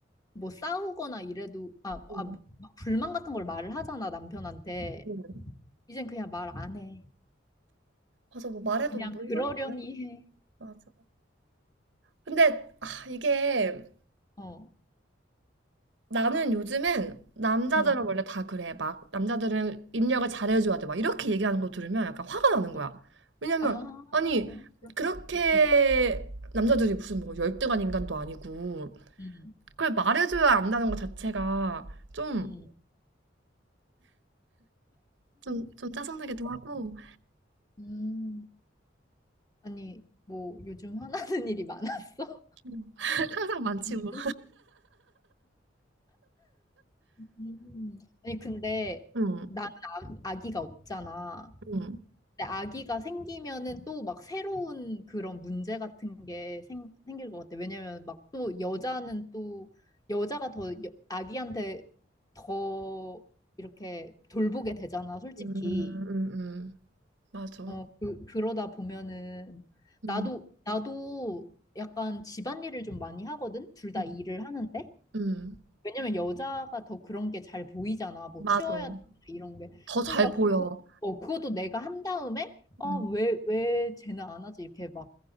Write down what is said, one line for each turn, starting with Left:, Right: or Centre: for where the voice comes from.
Left: 뭐 싸우거나 이래도 아,
Right: 응,
Left: 아, 막 불만 같은 걸 말을 하잖아, 남편한테.
Right: 응.
Left: 이젠 그냥 말 안 해.
Right: 맞아, 뭐 말해도
Left: 그냥
Right: 뭔
Left: 그러려니
Right: 소용이야.
Left: 해.
Right: 맞아. 근데 아, 이게
Left: 어,
Right: 나는 요즘엔 남자들은
Left: 응.
Right: 원래 다 그래. 막 남자들은 입력을 잘해줘야 돼. 막 이렇게 얘기하는 거 들으면 약간 화가 나는 거야.
Left: 어.
Right: 왜냐면
Left: 아,
Right: 아니
Left: 그럴
Right: 그렇게
Left: 수 있겠다.
Right: 남자들이 무슨 뭐 열등한 인간도 아니고
Left: 응,
Right: 그걸 말해줘야 안다는 것 자체가 좀
Left: 응,
Right: 좀, 좀 짜증나기도 하고
Left: 음. 아니, 뭐 요즘 화나는 일이 많았어?
Right: 음. <laughs> 항상 많지
Left: <laughs>
Right: 뭐.
Left: 음. 아니, 근데
Right: 응
Left: 나는 아, 아기가 없잖아.
Right: 응
Left: 근데 아기가 생기면은 또 막 새로운 그런 문제 같은 게 생, 생길 것 같아. 왜냐면 막 또 여자는 또 여자가 더 여- 아기한테 더 이렇게 돌보게 되잖아, 솔직히.
Right: 음, 음, 음. 맞아.
Left: 어, 그, 그러다 보면은
Right: 음,
Left: 나도, 나도 약간 집안일을 좀 많이 하거든? 둘 다
Right: 음,
Left: 일을 하는데.
Right: 음.
Left: 왜냐면 여자가 더 그런 게 잘 보이잖아. 뭐
Right: 맞아.
Left: 치워야 돼, 이런 게.
Right: 더 잘
Left: 그러니까
Right: 보여.
Left: 그거, 어, 그것도 내가 한 다음에 아,
Right: 음,
Left: 왜, 왜 쟤는 안 하지? 이렇게 막